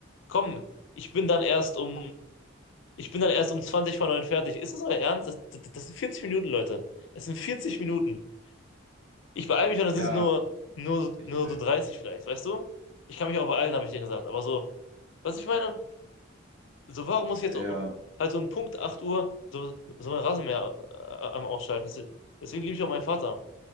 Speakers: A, on the left; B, on the right.
A: Komm, ich bin dann erst um, ich bin dann erst um 20 vor 9 fertig. Ist das euer Ernst? Das, das, das sind 40 Minuten, Leute. Es sind 40 Minuten. Ich beeile mich und es
B: Ja,
A: ist nur, nur,
B: ich
A: nur
B: check.
A: so 30 vielleicht, weißt du? Ich kann mich auch beeilen, habe ich dir gesagt. Aber so, was ich meine, so warum muss ich jetzt
B: Ja.
A: halt so um Punkt 8 Uhr so, so mein Rasenmäher äh, am Ausschalten? Das- Deswegen liebe ich auch meinen Vater.